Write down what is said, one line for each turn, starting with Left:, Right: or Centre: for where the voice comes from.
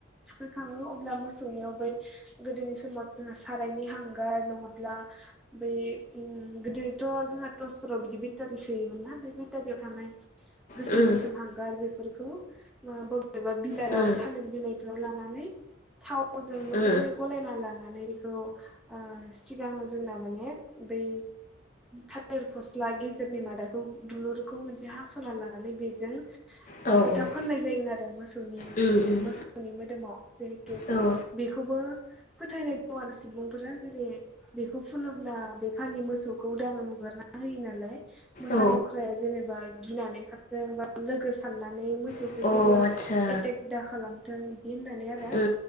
Centre: थुखैखाङो अब्ला मोसौनियाव बै गोदोनि समाव जोंहा सारायनि हांगार नङाब्ला बै गोदोथ' जोंहा टर्सफोराव बिदि बेटारि सोयोमोन ना बे बेटारियाव थानाय गोसोम
Left: उम
Centre: गोसोम हांगार बेफोरखौ बबेबा बिलाइयाव
Left: उम
Centre: थालिर बिलाइ फ्राव लानानै थावजों मोजाङै
Left: उम
Centre: गलायना लानानै बेखौ सिगाङो जोंना माने बै थालिर फास्ला गेजेरनि मादाखौ दुलुरखौ मोनसे हास'रना लानानै बेजों
Left: औ
Centre: फोथा
Left: उम
Centre: फाननाय जायोमोन आरो मोसौनि
Left: उम
Centre: बे मोसौनि मोदोमाव जिहेथु
Left: औ
Centre: बेखौबो फोथायनाय दं आरो सुबुंफोरा जेरै बेखौ फुनोब्ला खालि मोसौखौ उदाङै हगारना होयो नालाय मोसा
Left: उम औ
Centre: लख्राया जेनेबा गिनानै खारो जों बा लोगो साननानै मोसौखौ
Left: अ
Centre: जेबो
Left: आदसा
Centre: एटेक दा खालामथों बिदि होननानै आरो
Left: उम